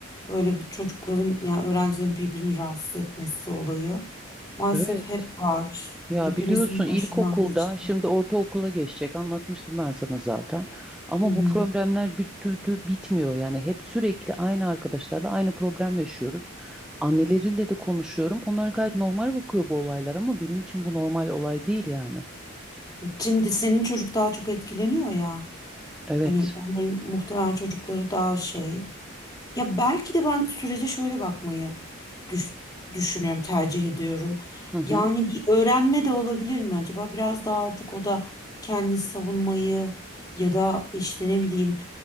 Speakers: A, on the left (about 20°); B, in the centre.
A: böyle bir çocukların yani öğrencilerin birbirini rahatsız etmesi olayı maalesef
B: Evet.
A: hep var.
B: Ya
A: Hepimizin
B: biliyorsun ilkokulda
A: başından geçti.
B: şimdi ortaokula geçecek anlatmıştım ben sana zaten. Ama
A: Hı hı.
B: bu problemler bir türlü bitmiyor yani hep sürekli aynı arkadaşlarla aynı problem yaşıyoruz. Anneleriyle de konuşuyorum. Onlar gayet normal bakıyor bu olaylar ama benim için bu normal olay değil yani.
A: Şimdi senin çocuk daha çok etkileniyor ya.
B: Evet.
A: Hani onların muhtemelen çocukları daha şey. Ya belki de ben sürece şöyle bakmayı düş- düşünüyorum, tercih ediyorum.
B: Hı hı.
A: Yani bir öğrenme de olabilir mi acaba? Biraz daha artık o da kendini savunmayı ya da işte ne bileyim.